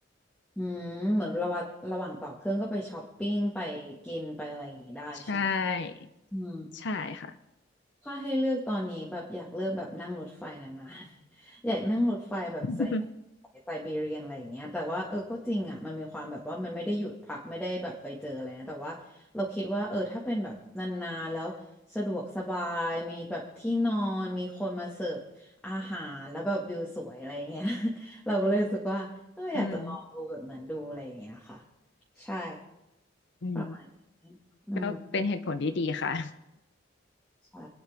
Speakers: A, in the centre; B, on the left.
A: อืมเหมือนระหว่างระหว่างต่อเครื่องก็ไปช้อปปิ้งไปกินไปอะไรอย่างงี้ได้ใช่ไหม
B: ใช่
A: อืม
B: ใช่ค่ะ
A: ถ้าให้เลือกตอนนี้แบบอยากเลือกแบบนั่งรถไฟนานๆ <laughs> อยากนั่งรถไฟแบบไซ
B: <laughs>
A: ไซบีเรียนอะไรอย่างเงี้ยแต่ว่าเออก็จริงอ่ะมันมีความแบบว่ามันไม่ได้หยุดพักไม่ได้แบบไปเจออะไรนะแต่ว่าเราคิดว่าเออถ้าเป็นแบบนานๆแล้วสะดวกสบายมีแบบที่นอนมีคนมาเสิร์ฟอาหารแล้วแบบวิวสวยอะไรอย่างเงี้ย <laughs> เราก็เลยรู้สึกว่าเอออยากจะลองดูแบบนั้นดูอะไรอย่างเงี้ยค่ะ
B: อืม
A: ใช่
B: อืม
A: ประมาณนี้อืม
B: ก็เป็นเหตุผลที่ดีค่ะ
A: ใช่